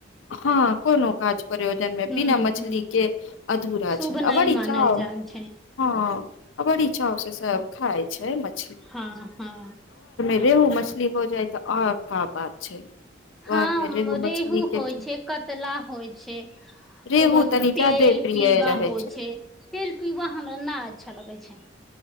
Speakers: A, on the left; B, in the centre.
A: हँ कोनो काज प्रयोजन मे
B: हूँ
A: बिना मछली
B: हूँ
A: के अधूरा
B: शुभ
A: छै आ
B: नहि
A: बड़ी
B: मानल
A: चाव
B: जान छै
A: हँ आ बड़ी चाव से सब खाय छै मछ
B: हँ हँ
A: रेहू मछली हो जाइ तऽ अच्छा बात छै
B: हँ
A: आर मे रेहू मछली
B: रेहु
A: के
B: होइ छै कतला होइ छै एगो
A: रेहू तनी
B: तेल
A: जादे प्रिय
B: पीबा
A: रहे
B: होइ छै तेल पिबा हमरा नहि अच्छा लगै छै